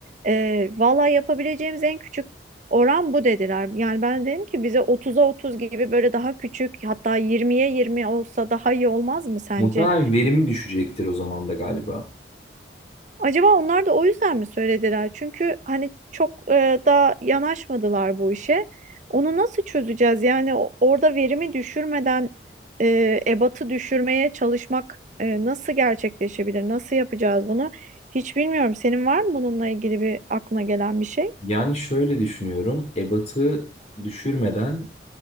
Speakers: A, on the right; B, on the left.
A: Ee, valla yapabileceğimiz en küçük oran bu dediler. Yani ben dedim ki bize 30'a 30 gibi böyle daha küçük hatta 20'ye 20 olsa daha iyi olmaz mı sence?
B: Muhtemelen verimi düşecektir o zaman da galiba.
A: Acaba onlar da o yüzden mi söylediler? Çünkü hani çok e, daha yanaşmadılar bu işe. Onu nasıl çözeceğiz? Yani o- orada verimi düşürmeden e, ebatı düşürmeye çalışmak e, nasıl gerçekleşebilir? Nasıl yapacağız bunu? Hiç bilmiyorum. Senin var mı bununla ilgili bir aklına gelen bir şey?
B: Yani şöyle düşünüyorum. ebatı düşürmeden